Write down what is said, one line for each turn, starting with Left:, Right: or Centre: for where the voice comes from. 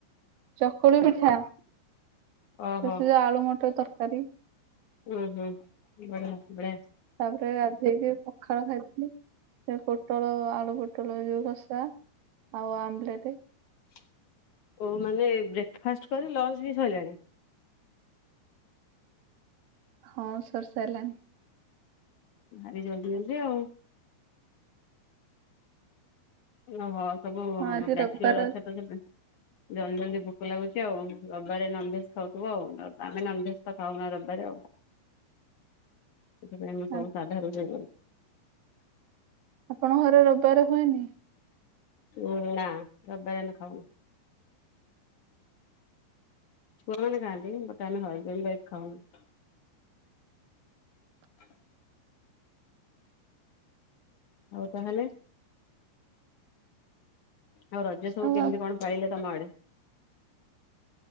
Right: ଚକୁଳି ପିଠା ସେଥିରେ
Left: ଓହୋ
Right: ଆଳୁ ମଟର ତରକାରୀ।
Left: ହୁଁ ହୁଁ ବଢିଆ। ବଢିଆ।
Right: ତାପରେ ରାତି ସେ କି ପଖାଳ ଖାଇଥିଲି ସେ ପୋଟଳ ଆଳୁ ପୋଟଳ ଯୋଉ କଷା। ଆଉ ଆମ୍ବଲେଟ।
Left: <inaudible> ମାନେ ବ୍ରେକ୍ଫାଷ୍ଟ କରି ଲଞ୍ଚ ବି ସରିଲାଣି।
Right: ହଁ ସରି ସାରିଲାଣି।
Left: ଭାରି ଜଲଦି ଜଲଦି ଆଉ। ଓହୋ ସବୁ
Right: ହଁ ଆଜି
Left: ବାଚଲର୍
Right: ରବିବାର
Left: ଅଛ ତ ଜଲଦି ଜଲଦି ଭୋକ ଲାଗୁଛି ଆଉ ରବିବାରେ ନନ୍‌ଭେଜ ଖାଉଥିବ ଆଉ ଆମେ ନନ୍‌ଭେଜ ତ ଖାଉନା ରବିବାରେ ଆଉ। ଏ ସବୁ
Right: ଅଛି
Left: ସାଧାର ଅଛି।
Right: ଆପଣଙ୍କ ଘରେ ରବିବାର ହୁଏନି?
Left: ହଁ ନା ରବିବାରେ ଆମେ ଖାଉନୁ। ଛୁଆ ମାନେ ଖାଆନ୍ତି ବଟ ଆମେ ହଜବ୍ୟାଣ୍ଡ ଉଠାଇଲି ଖାଉନୁ। <inaudible> ଆଉ ତାହେଲେ ଆଉ ରଜ ସବୁ
Right: ଆଉ
Left: କେମିତି କଣ ପାଳିଲ ତମ ଆଡେ?